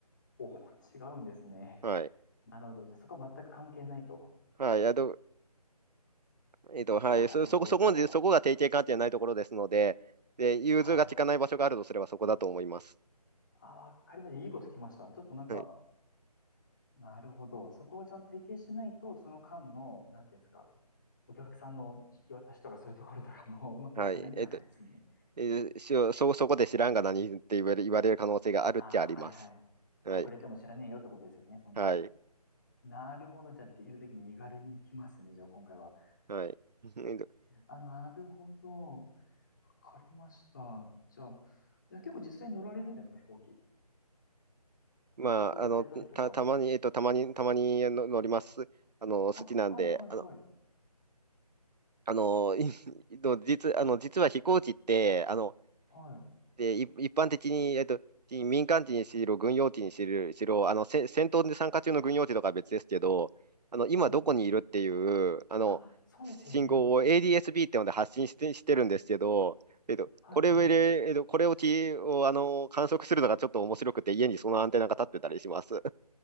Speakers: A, on the left; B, on the right.
A: お、<laughs> 違うんですね。
B: はい、
A: <laughs> なるほど。そこは全く関係ないと。
B: はい、あと、えっと、はい、
A: なるほど。
B: そ、そこ、そこまで、そこが提携関係ないところですので、で、融通が利かない場所があるとすればそこだと思います。
A: はい。あ、わかりました。いいこと聞きました。ちょっとなんか、
B: はい、
A: なるほど。そこをちゃんと提携しないと、その間の、なんていうんですか、お客さんの引き渡しとかそういうところとかも <laughs> うまくいかないってわけですね。
B: はい、えっと、えーしそ、そこで知らんが何って言われ、言われる可能性があるっちゃあります。
A: ああ、はいはい。
B: はい、
A: 遅れても知らねえよってことですよね、そんなの。
B: はい、
A: なるほど。じゃあ、できるだけ身軽に行きますね、じゃあ今回は。
B: はい。えっと、
A: あ、なるほど。わかりました。じゃあ、で結構実際に乗られるんですか、飛行機。
B: まあ、
A: 旅行行かれたりとかで。
B: あの、た、たまに、えっと、たまに、たまにの乗ります。あの、好きなんで、
A: あ、はいはいはい。
B: あのあの、い <laughs> の実、あの、実は飛行機って、あの、
A: はい。
B: で、い一般的に、えっと、民間機にしろ、軍用機にしろ、しろあの、せ戦闘で参加中の軍用機とかは別ですけど、あの、今どこにいるっていう、
A: はい。
B: あの、
A: あ、そうですよね。
B: 信号を ADS-B ってので発信してしてるんですけど、えっと、
A: はいはいはい。
B: これをえっと、これをき、を、あの、観測するのがちょっと面白くて、家にそのアンテナが立ってたりします。